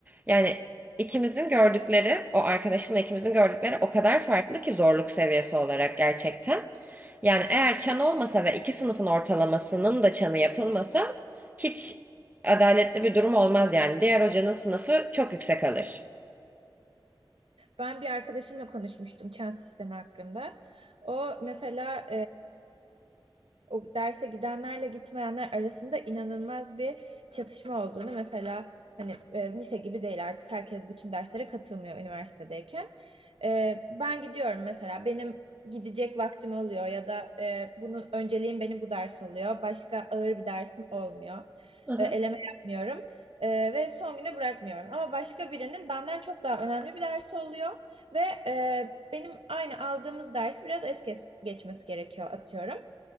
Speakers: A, on the right; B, on the right.
A: Yani İkimizin gördükleri, o arkadaşımla ikimizin gördükleri o kadar farklı ki zorluk seviyesi olarak gerçekten. Yani eğer çan olmasa ve iki sınıfın ortalamasının da çanı yapılmasa hiç adaletli bir durum olmaz yani. Diğer hocanın sınıfı çok yüksek alır.
B: Ben bir arkadaşımla konuşmuştum çan sistemi hakkında. O mesela o derse gidenlerle gitmeyenler arasında inanılmaz bir çatışma olduğunu mesela hani e, lise gibi değil artık herkes bütün derslere katılmıyor üniversitedeyken. E, ben gidiyorum mesela benim gidecek vaktim oluyor ya da e, bunun önceliğim benim bu ders oluyor. Başka ağır bir dersim olmuyor.
A: Hı hı.
B: E, eleme yapmıyorum. E, ve son güne bırakmıyorum. Ama başka birinin benden çok daha önemli bir dersi oluyor ve e, benim aynı aldığımız dersi biraz es kes- geçmesi gerekiyor atıyorum.